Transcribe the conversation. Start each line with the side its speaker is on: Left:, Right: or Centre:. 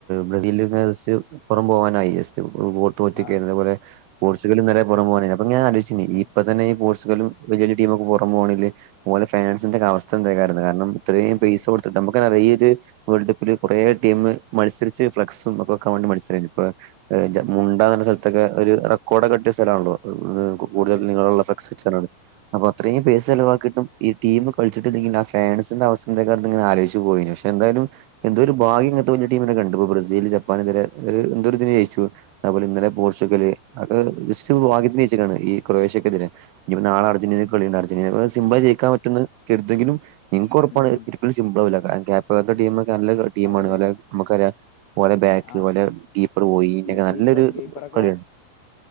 Right: ബ്രസീല് ഫാൻസ് അപ്പൊറം പോവാനായി ജസ്റ്റ് <unintelligible> തോറ്റക്കേയിര്ന്ന്
Left: ആഹ്
Right: അതേപോല പോർച്ചുഗലും ന്നലെ പൊറം പോവാനായി അപ്പൊ ഞാ ആലോയ്ച്ചീനി
Left: ഉം
Right: ഇപ്പൊ തന്നെ ഈ പോർച്ചുഗലും വല്ല്യ വല്ല്യ ടീമൊക്കെ പൊറം പോവാണേല് ഓലെ ഫാൻസിന്റൊക്കെ അവസ്ഥ എന്തേക്കാരംന്ന് കാരണം ഇത്രയും പൈയ്സൊട്
Left: അതെ
Right: ട്ത്ത്ട്ട് അമ്മക്കെന്നറ്യാ ഈ ഒര് വേൾഡ് കപ്പില് കൊറേ ടീമ് മത്സരിച്ച് ഫ്ലക്സും ഒക്കെ വെക്കാൻ വേണ്ടി മത്സരേനീ ഇപ്പൊ ഏഹ്
Left: ഉം
Right: ജെ
Left: ഉം
Right: മുണ്ടാന്നർഞ്ഞ സ്ഥലത്തൊക്കെ ഒരു റെക്കോർഡൊക്കിട്ട്യ സ്ഥലാണല്ലോ. കൂടുതല്
Left: അതെ
Right: നീളള്ള ഫ്ലക്സ് വെച്ചർഞ്ഞാണ്ട് അപ്പൊ അത്രേം പെയ്സെലവാക്കീട്ടും ഈ ടീമ് കള്ച്ചിട്ടില്ലെങ്കി ആ ഫാൻസിന്റെ അവസ്ഥെന്തേക്കാരംന്ന്ങ്ങനെ ആലോയിച്ച് പോവേനു പക്ഷെ ന്തായാലും എന്തോ ഒരു ഭാഗ്യം ഇങ്ങൻത്തെ വല്ല്യ ടീമിനൊക്കെണ്ട്പ്പോ ബ്രസീൽ ജപ്പാനെതിരെ ഒര് എന്തോരിതിന് ജയിച്ചു. അഹ്പോലെ ഇന്നലെ പോർച്ചുഗല് അതൊക്കെ ജെസ്റ്റ് ഭാഗ്യത്തിന് ജയ്ച്ചിക്കാണ് ഈ ക്രൊയേഷ്യക്കെതിരെ. ഇഞ്ഞിപ്പ നാളെ അൽജന്റീനക്ക് കളിണ്ട് അർജൻ്റീനക്കത് സിമ്പ്ളായി ജയിക്കാൻ <unintelligible> ട്ടും ന്ന് കര്തെങ്കിലും ഇൻക്കൊറപ്പാണ്
Left: ഉം ഉം
Right: ഒരിക്കലും സിമ്പ്ളാവൂല്ല കാരണം ക്യാ ഇപ്പത്തെ ടീമൊക്കെ നല്ല ടീമാണ്
Left: അതെ അതെ
Right: ഓലെ അമ്മക്കറിയാ ഓലെ ബാക്ക്ല്
Left: ആഹ്
Right: ഓലെ കീപ്പർ <unintelligible>
Left: ഈ
Right: നല്ലൊരു
Left: കീപ്പർ കീപ്പറൊക്കെ
Right: കള്യാണ്.